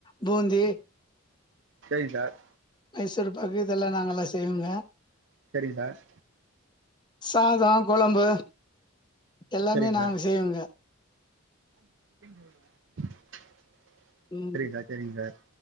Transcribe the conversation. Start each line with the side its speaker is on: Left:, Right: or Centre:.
Left: பூந்தி
Right: சேரிங்க சார்
Left: மைசூர் பாக்கு இதெல்லாம் நாங்கெல்லாம் செய்வோங்க
Right: சேரிங்க சார்
Left: சாதா குழம்பு எல்லாமே
Right: சரிங்க
Left: நாங்க
Right: சார்
Left: செய்வோங்க
Right: <inaudible> சரிங்க
Left: உம்
Right: சார் சரிங்க சார்